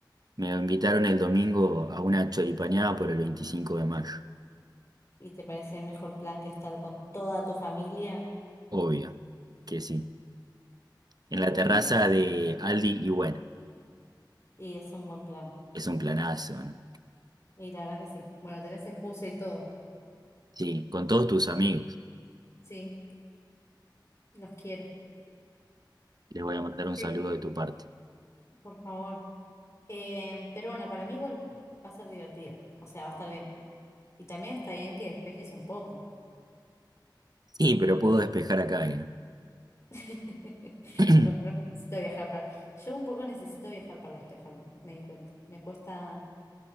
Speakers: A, on the right; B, on the left.
A: me invitaron el domingo a una choripaneada por el 25 de mayo.
B: ¿Y te parece mejor plan que estar con toda tu familia?
A: Obvio que sí. En
B: Pero
A: la terraza
B: ni.
A: de Aldi y bueno,
B: Y es un buen plan.
A: es un planazo, ¿no?
B: Y la verdad que sí. Bueno, tenés excusa y todo.
A: Sí, con todos tus amigos.
B: Sí, los quiero.
A: Les voy a mandar un
B: Sí.
A: saludo de tu parte.
B: Por favor. Eh, pero bueno, para mí igual va a ser divertido, o sea, va a estar bien. Y también está bien que despejes un poco.
A: Sí, pero puedo despejar acá, ¿eh?
B: <laughs>
A: <clears throat>
B: No, no necesito viajar para... Yo un poco necesito viajar para despejarme, me di cuenta. Me cuesta,